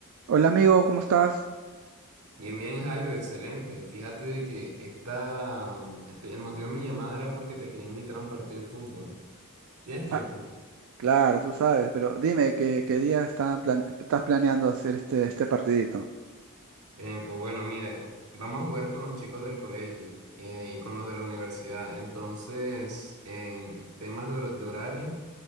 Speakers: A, on the right (about 65°); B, on the right (about 80°).
A: Hola amigo, ¿cómo estás?
B: Bien, bien, Jairo, excelente. Fíjate de que esta, mm, este- el motivo de mi llamada era porque te quería invitar a un partido de fútbol. ¿Tienes tiempo?
A: Ah, claro, tú sabes, pero dime qué, qué día están plane- estás planeando hacer este, este partidito.
B: Eh, pues bueno, mira, vamos a jugar con los chicos del colegio eh, y con los de la universidad. Entonces, en temas de, hor- de horario.